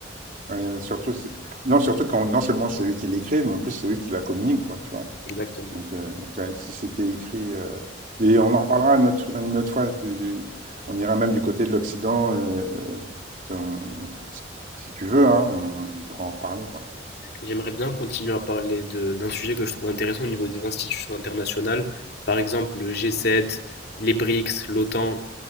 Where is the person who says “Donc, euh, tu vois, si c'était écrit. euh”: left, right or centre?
Right